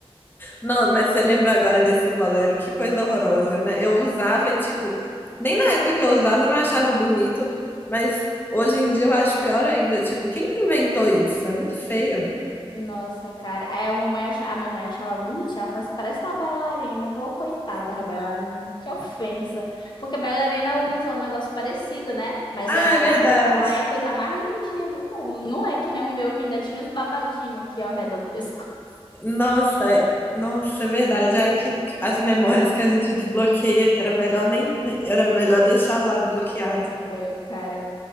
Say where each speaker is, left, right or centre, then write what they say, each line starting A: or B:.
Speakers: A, on the left; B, on the left.
A: Não, mas você lembrou agora desse bolero? Que coisa horrorosa, né? Eu usava e, tipo, nem na época que eu usava eu não achava bonito, mas hoje em dia eu acho pior ainda. Tipo, quem que inventou isso? É muito feio.
B: Nossa, cara. Aí a mamãe achava, a mamãe achava bonitinha. Ela falou assim, parece uma bailarina. Eu falei, ô, coitada da bailarina, que ofensa. Porque bailarina usa um negócio parecido, né? Mas
A: Ah,
B: é com
A: é verdade.
B: a roupa lá, é a coisa mais lindinha do mundo. Não é que nem o meu, que ainda tinha os babadinhos aqui ao redor do <laughs> pescoço.
A: Nossa, é... Nossa, é verdade. Ai, que... que- As memórias que a gente desbloqueia, que era melhor nem... nem- era melhor deixar lá bloqueado.
B: É, cara.